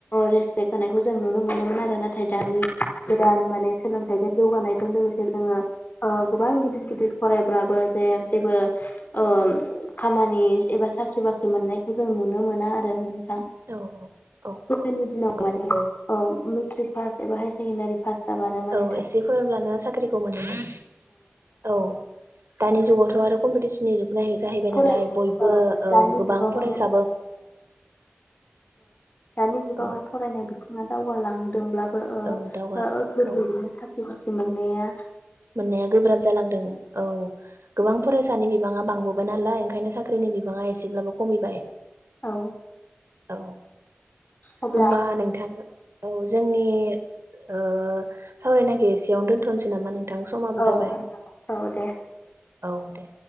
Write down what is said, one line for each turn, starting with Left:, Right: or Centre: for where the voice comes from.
Left: रेसपेक्ट होनायखौ जों नुनो मोनोमोन आरो नाथाय दानि गोदान माने सोलोंथाइजों जौगानायजों लोगोसे जोङो ओ गोबां गिदिर गिदिर फरायब्लाबो जे जेबो ओ खामानि एबा साख्रि बाख्रि मोननाय खौ जों नुनो मोना आरो। नोंथां
Right: औ औ
Left: गोदोनि दिनाव
Right: नंगौ
Left: माने ओ मेट्रिक पास एबा हाय सेकेण्डारि पास जाबानो माने
Right: औ
Left: थाब
Right: एसे फरायब्लानो साख्रिखौ मोनोमोन औ दानि जुगावथनआरो कम्पिटिसननि जुग जाहैबाय
Left: फराय
Right: नालाय बयबो औ
Left: दानि
Right: गोबां
Left: जुगाव
Right: फरायसा
Left: माने औ दानि जुगावहाय
Right: औ
Left: फरायनाय बिदि दावगाालांदोंब्ला बो ओ
Right: औ दावगा
Left: गोरलैयैनो
Right: औ
Left: ओ सा बसे मोने आ
Right: मोननाया गोब्राब जालांदों औ गोबां फरायसानि बिबाङा बांबो <unintelligible> नालाय ओंखायनो साख्रिनि बिबाङा एसेब्लाबो खमैबाय
Left: औ
Right: औ
Left: अब्ला
Right: होनबा नोंथां औ जोंनि सावरायनाखै सियावनो दोनथनोसै नामा नों नोंथां समाब
Left: औ
Right: जाबाय
Left: औ दे
Right: औ दे